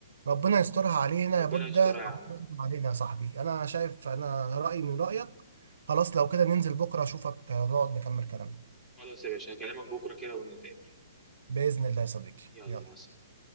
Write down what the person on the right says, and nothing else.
ربنا يسترها علينا
يا بودة
ربنا
يستر علينا يا صاحبي انا شايف انا رأيي من رأيك خلاص لو كده ننزل بكرة اشوفك نقعد نكمل كلامنا
بإذن الله يا صديقي
يلا